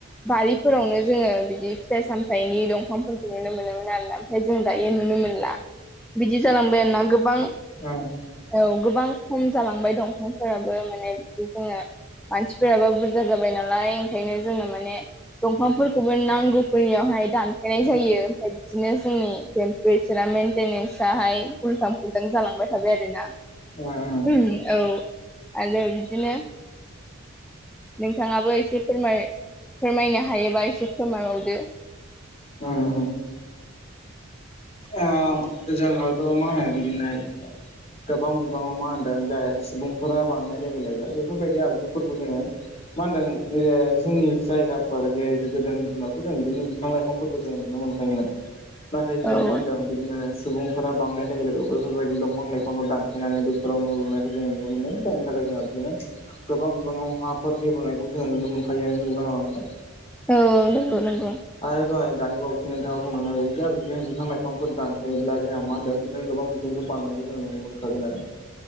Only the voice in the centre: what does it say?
बारिफोरावनो जोंङो बिदि फिथाइ सामथायाइनि दंफांफोरखौ नुनो मोनोमोन आरो ना ओमफ्राय जों दायो नुनो मोनला बिदि जालांबाय आरोना गोबां
औ गोबां खम जालांबाय दंफांफोराबो माने बिदि जोंङो मानसिफोराबो बुरजा जाबाय नालाय ओंखायनो जोंङो माने दंफांफोरखौबो नांगौफोरनियावहाय दानफायनाय जायो ओमफ्राय बिदिनो जोंनि बेसोरा मेेनटेनेन्सहाय उल्थां फुल्थां जालांबाय थाबाय आरोना
उम औ आरो बिदिनो नोंथाङाबो एसे फोरमाय फोरमायनो हायोबा एसे फोरमायबावदो
<inaudible>
औ
औ औ नंगौ नंगौ